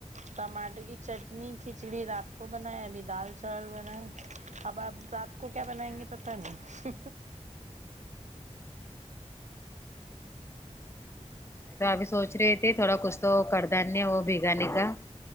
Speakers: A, on the right; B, on the left.
A: ٹماٹر کی چٹنی کھچڑی رات کو بنائے ابھی دال چاول بنائیں اب آپ ساتھ آ کو کیا بنائیں
B: اچھا
A: گے پتہ نہیں
B: تو ابھی سوچ رہے تھے تھوڑا کچھ تو کردانے ہے وہ بگانے کا